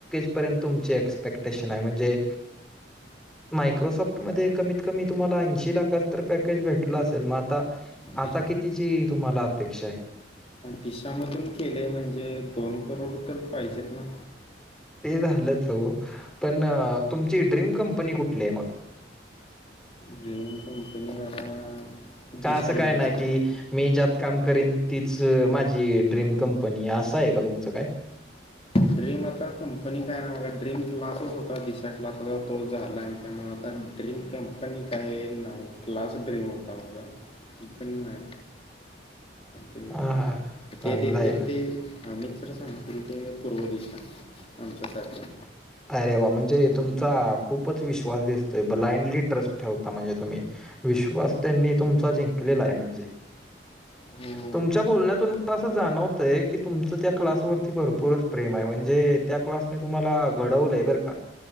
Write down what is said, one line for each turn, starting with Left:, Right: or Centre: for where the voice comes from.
Centre: कुठपर्यंत तुमची एक्स्पेक्टेशन आहे म्हणजे मायक्रोसॉफ्ट मध्ये कमीत कमी तुम्हाला ऐंशी लाखाच तर पॅकेज भेटलं असेल मग आता आता
Left: दिस
Centre: कितीची तुम्हाला अपेक्षा आहे?
Left: दिशामधून केले म्हणजे दोन करोड तर पाहिजेत ना
Centre: ते झालंच हो पण तुमची ड्रीम कंपनी कुठली आहे मग
Left: ड्रीम कंपनी बघा
Centre: का
Left: दिशा
Centre: असं
Left: इंडस्ट्री
Centre: काय नाही कि मी ज्यात काम करीन तीच माझी ड्रीम कंपनी असं आहे का तुमचं काय
Left: ड्रीम आता कंपनी काय नाही मग ड्रीम क्लासच होता दिशा क्लासचा तोच झाला आहे त्यामुळे आता. ड्रीम कंपनी काही नाही क्लास ड्रीम होता माझा कंपनी नाही. ते
Centre: हां, हां. चांगलं
Left: ते देतील
Centre: आहे ना.
Left: ते आ मित्र सांगतील ते पूर्व दिशा आमच्यासाठी
Centre: अरे वा म्हणजे तुमचा खूपच विश्वास दिसतोय ब्लाइंडली ट्रस्ट ठेवता म्हणजे तुम्ही. विश्वास त्यांनी तुमचा जिंकलेला आहे म्हणजे.
Left: हो.
Centre: तुमच्या बोलण्यातून मला असं जाणवतय की तुमचं त्या क्लासवरती भरपूरच प्रेम आहे म्हणजे. त्या क्लासने तुम्हाला. घडवलंय बर का